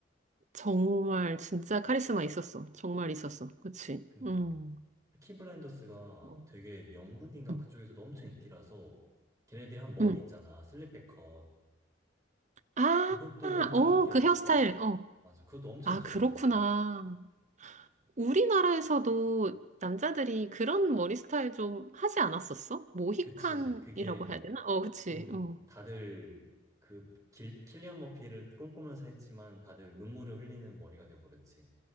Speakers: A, on the right (about 40°); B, on the right (about 20°).
A: 정말 진짜 카리스마 있었어. 정말 있었어. 그치?
B: 그니까.
A: 음,
B: 피키 블라인더스가
A: 어,
B: 되게 영국인가
A: 음,
B: 그쪽에서도 엄청 인기라서 걔네들이 한 머리
A: 음.
B: 있잖아. 슬립백 컷.
A: 아,
B: 그것도 엄청
A: 어,
B: 인기였었대.
A: 그 헤어스타일. 어.
B: 맞아. 그것도 엄청
A: 아,
B: 인기가
A: 그렇구나.
B: 있었대.
A: 우리나라에서도 남자들이 그런 머리 스타일 좀 하지 않았었어? 모히칸이라고
B: 그치. 그게
A: 해야 되나? 어, 그치.
B: 좀
A: 어.
B: 다들 그 길, 킬리안 머피를 꿈꾸면서 했지만 다들 눈물을 흘리는 머리가 돼버렸지.